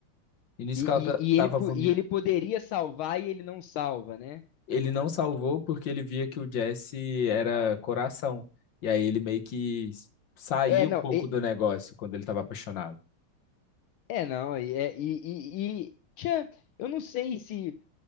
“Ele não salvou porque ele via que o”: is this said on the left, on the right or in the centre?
Left